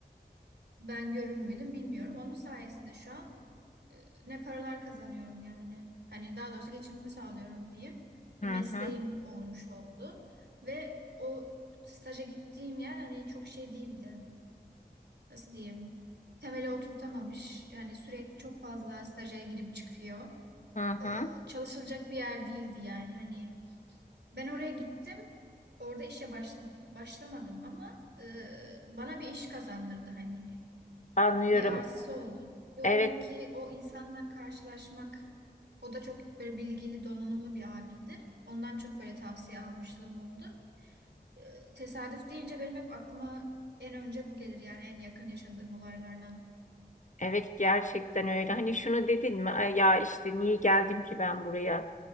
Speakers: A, on the right; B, on the left.
A: ben görür müydüm bilmiyorum. Onun sayesinde şu an e, ne paralar kazanıyorum yani. Hani daha doğrusu geçimimi sağlıyorum diyeyim. Bir
B: hı
A: mesleğim
B: hı.
A: olmuş oldu ve o staja gittiğim yer hani çok şey değildi. nasıl diyeyim temeli oturtamamış. Yani sürekli çok fazla staja girip çıkıyor.
B: Hı hı.
A: Ee, çalışılacak bir yer değildi yani. Hani ben oraya gittim. Orada işe başla- başlamadım ama e, bana bir iş kazandırdı hani.
B: Anlıyorum.
A: Bir artısı oldu. Diyorum
B: Evet,
A: ki o insanla karşılaşmak o da çok böyle bilgili, donanımlı bir abiydi. Ondan çok böyle tavsiye almışlığım oldu. Ee, tesadüf deyince benim hep aklıma en önce bu gelir yani en yakın yaşadığım olaylardan.
B: evet gerçekten öyle. Hani şunu dedin mi? "Ay Ya işte niye geldim ki ben buraya?